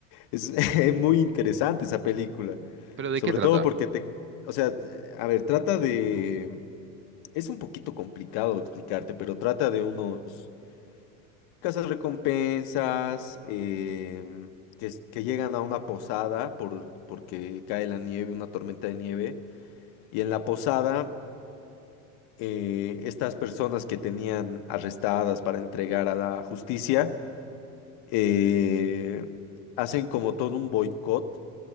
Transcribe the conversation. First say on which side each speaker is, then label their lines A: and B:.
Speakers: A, on the left; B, on the right.
A: es <laughs> muy interesante esa película,
B: ¿Pero de
A: sobre
B: qué trata?
A: todo porque te, o sea, a ver, trata de, es un poquito complicado explicarte, pero trata de unos Casas recompensas em, que, es- que llegan a una posada por, porque cae la nieve, una tormenta de nieve. Y en la posada, eh, estas personas que tenían arrestadas para entregar a la justicia, eh, hacen como todo un boicot